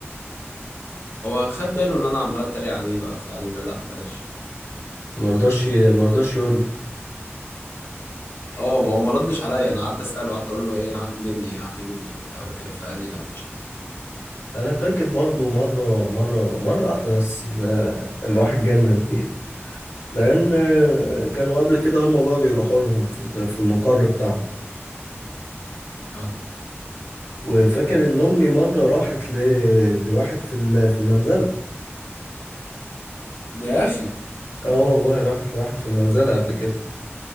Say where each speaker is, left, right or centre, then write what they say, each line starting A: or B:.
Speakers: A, on the left; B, on the left.
A: هو خد باله ان انا عمال اتريق عليه بقى فقال لي لا بلاش
B: مرضاش مرضاش يقول لك
A: اه ما هو ما ردش عليا انا قعدت اساله قعدت اقول له ايه انا عندي جني ايه عندي جني وبتاع وكده فقال لي لا مفيش حاجه
B: انا فاكر برضو مره مره مره واحده بس آه، الواحد جالنا البيت لان آه، كانوا قبل كده هم بقى بيروحوا لهم في ال- في المقر بتاعهم
A: اه
B: وفاكر ان امي مره راحت ل... لواحد في ال- في المنزله
A: يا اخي
B: اه والله راحت لواحد في المنزله قبل كده